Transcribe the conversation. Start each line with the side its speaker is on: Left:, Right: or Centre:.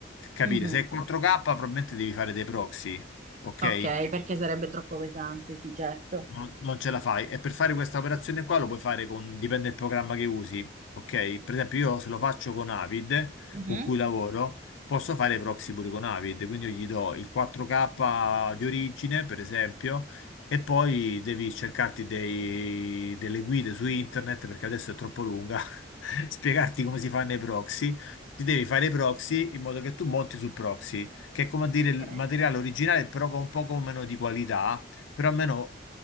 Left: capire
Right: mhm.
Left: se è 4K probabilmente devi fare dei proxy, ok?
Right: Ok, perché sarebbe troppo pesante, sì, certo.
Left: Non, non ce la fai. E per fare questa operazione qua lo puoi fare con, dipende dal programma che usi, ok? Per esempio io se lo faccio con Avid,
Right: Mhm.
Left: con cui lavoro, posso fare i proxy pure con Avid, quindi io gli do il 4K di origine, per esempio, e poi devi cercarti dei- delle guide su internet, perché adesso è troppo lunga, <laughs> spiegarti come si fanno i proxy. Ti devi fare i proxy in modo che tu monti sul proxy, che è come a dire il
Right: Ok.
Left: materiale originale, però con un poco meno di qualità però almeno